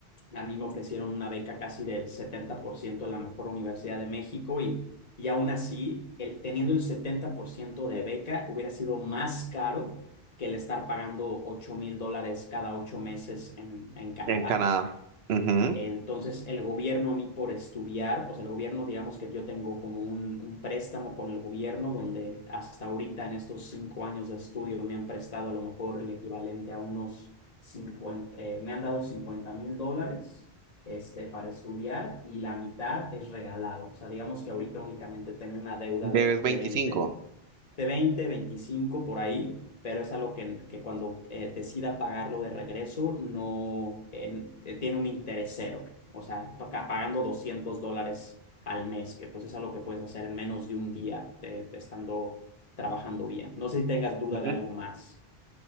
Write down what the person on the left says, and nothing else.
a mí me ofrecieron una beca casi del 70% en la mejor universidad de México y, y aún así, el- teniendo el 70% de beca, hubiera sido más caro que el estar pagando ocho mil dólares cada ocho meses en, en Canadá.
Entonces, el gobierno a mí por estudiar, o sea, el gobierno, digamos que yo tengo como un, un préstamo con el gobierno, donde hasta ahorita en estos cinco años de estudio me han prestado a lo mejor el equivalente a unos cincuenta eh, me han dado cincuenta mil dólares este, para estudiar y la mitad es regalado. O sea, digamos que ahorita únicamente tengo una deuda
de,
de veinte de veinte 25 por ahí, pero es algo que, que cuando eh, decida pagarlo de regreso no eh, tiene un interés cero, o sea, paga- pagando 200 dólares al mes, que pues es algo que puedes hacer en menos de un día eh, estando trabajando bien. No sé si tengas duda
de algo
más.